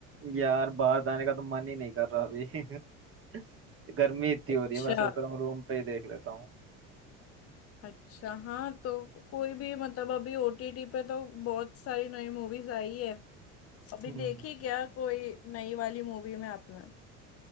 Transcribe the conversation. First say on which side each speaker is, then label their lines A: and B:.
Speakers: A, on the right (about 35°); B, on the left (about 40°).
A: यार बाहर जाने का तो मन ही नहीं कर रहा अभी <laughs> गर्मी इतनी
B: अच्छा
A: हो रही है मैं सोच रहा हूँ रूम पे ही देख लेता हूँ
B: अच्छा हाँ तो कोई भी मतलब अभी ओटीटी पे तो बहुत सारी नई मूवीज आई है अभी
A: हम्म।
B: देखी क्या कोई नई वाली मूवी में आपने